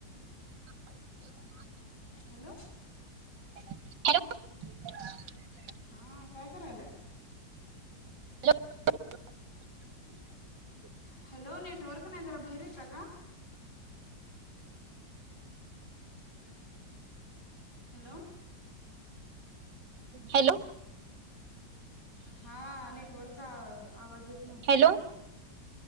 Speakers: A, on the right; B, on the left.
A: रिकामा ऑडिओ
B: हॅलो
A: <unintelligible>
B: हं‌ काय करायलाय
A: <inaudible> रिकामा ऑडिओ
B: हॅलो नेटवर्क नाय जरा बाहेर येता का हेलो
A: हॅलो
B: हा नेटवर्क आ र आवाज येत नव्हता
A: हॅलो